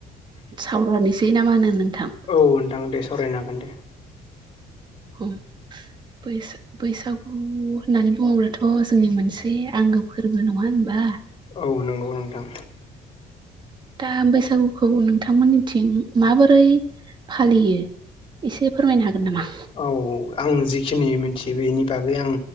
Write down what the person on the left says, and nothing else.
औ नोंथां दे सरायनो हागोन दे
औ नंगौ नोंथां
औ आं जिखिनि मिथियो बेनि बागै आं